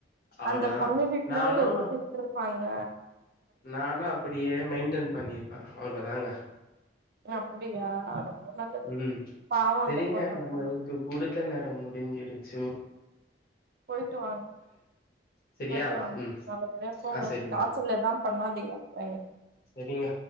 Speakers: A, on the left; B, on the right.
A: அவ்ளோதா
B: அந்த பொண்ணு வீட்டுல
A: நானு
B: உங்களுக்கு கூப்ருப்பாங்க
A: நானும் அப்படியே மெயின்டன் பண்ணிருப்ப அவளோ தாங்க
B: அப்படியா ரொம்ப நல்லது
A: ம்
B: பாவம்
A: செரிங்க
B: அந்த பொண்ணு அப்பனா
A: நம்மளுக்கு குடுத்த நேரம் முடிஞ்சிடுச்சு
B: போயிட்டு வாங்
A: செரியா
B: போயிடு வாங்
A: ம்
B: நல்லபடியா போங்க
A: ஆ செரிங்க
B: டார்சர்ல்லா பண்ணாதீங்க என்
A: சரிங்க